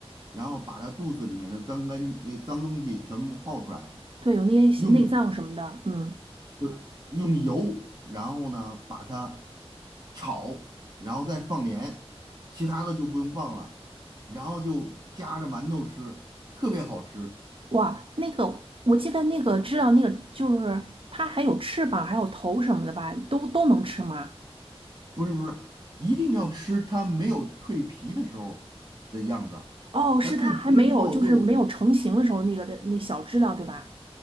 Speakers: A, on the right; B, on the right.
A: 然后把它肚子里面的脏干呃脏东西全部泡出来，
B: 对，有那些内脏什么的，
A: 用
B: 嗯，
A: 对，用油，然后呢把它炒，然后再放盐，其他的就不用放了，然后就夹着馒头吃，特别好吃。
B: 哇，那个我记得那个知了，那个就是它还有翅膀，还有头什么的吧，都都能吃吗？
A: 不是不是，一定要吃它没有蜕皮的时候的样子，
B: 哦，是它还没有就是没有成型的时候那个的那小知了对吧？
A: 它蜕皮了之后就，